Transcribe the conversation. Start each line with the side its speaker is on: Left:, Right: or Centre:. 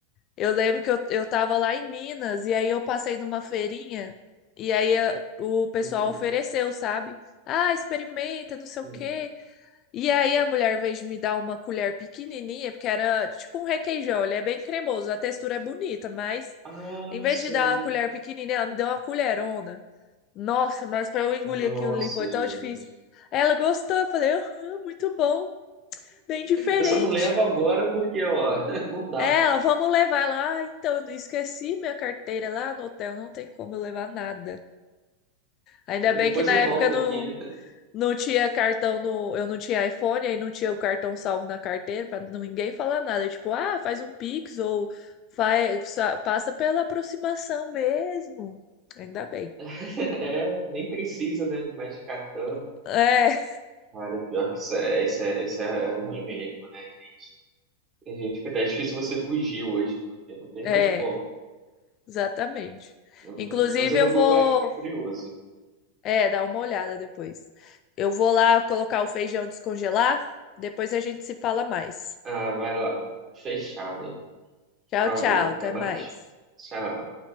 Left: Eu lembro que eu, eu tava lá em Minas e aí eu passei numa feirinha e aí eh, o pessoal
Right: Uhum.
Left: ofereceu, sabe? Ah, experimenta, não sei
Right: Sim.
Left: o quê. E aí a mulher, em vez de me dar uma colher pequenininha, porque era tipo um requeijão, ele é bem cremoso, a textura é bonita, mas
Right: Ah,
Left: em vez
Right: sim.
Left: de dar uma colher pequenininha, ela me deu uma colherona. Nossa, mas pra eu engolir
Right: Nossa,
Left: aquilo ali foi tão
Right: gente.
Left: difícil. Ela gostou, eu falei, aham, muito bom, bem diferente.
Right: Eu só não levo agora porque, ó, <laughs> não dá.
Left: É, ó, vamos levar lá. Ah, então, eu esqueci minha carteira lá no hotel, não tem como eu levar nada. Ainda bem
Right: Depois
Left: que na
Right: eu
Left: época
Right: volto
Left: não,
Right: aqui.
Left: não tinha cartão no, eu não tinha iPhone, aí não tinha o cartão salvo na carteira para ninguém falar nada, tipo, ah, faz um Pix ou faz, passa pela aproximação mesmo. Ainda bem.
Right: <laughs> É, nem precisa, né, de mais cartão.
Left: É,
Right: Cara, pior que isso é, isso é, isso é é ruim mesmo, né, gente? A gente fica até é difícil você fugir hoje, porque não tem
Left: é,
Right: mais como.
Left: exatamente.
Right: Não
Left: Inclusive
Right: tem... mais. Mas eu vou
Left: eu
Right: procurar
Left: vou,
Right: que eu fiquei curioso.
Left: é, dar uma olhada depois. Eu vou lá colocar o feijão descongelar, depois a gente se fala mais.
Right: Ah, vai lá. Fechado.
Left: Tchau,
Right: Falou,
Left: tchau. Até
Right: até mais.
Left: mais.
Right: Tchau.